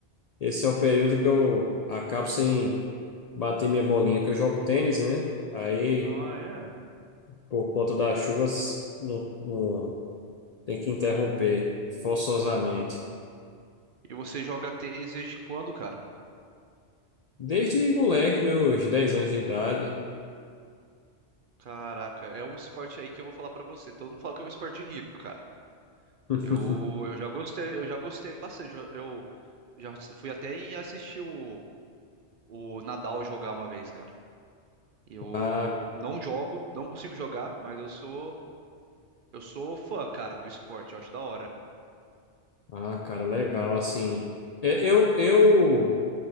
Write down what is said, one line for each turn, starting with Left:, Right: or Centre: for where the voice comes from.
Left: esse é o período que eu acabo sem bater minha bolinha, que eu jogo tênis, né? Aí,
Right: Ah, é?
Left: por conta das chuvas, não, não- tem que interromper forçosamente.
Right: Ah, bah. E você joga tênis desde quando, cara?
Left: Desde moleque, meus 10 anos de idade.
Right: Caraca, é um esporte aí que eu vou falar pra você. Todo mundo fala que é um esporte rico, cara.
Left: <laughs>
Right: Eu, eu já gostei, eu já gostei bastante. Eu, eu já fui até em assistir o, o Nadal jogar uma vez, cara. Eu
Left: Ah,
Right: não jogo, não consigo jogar, mas eu sou eu sou fã, cara, do esporte. Eu acho da hora.
Left: Ah, cara, legal. Assim, é, eu, eu,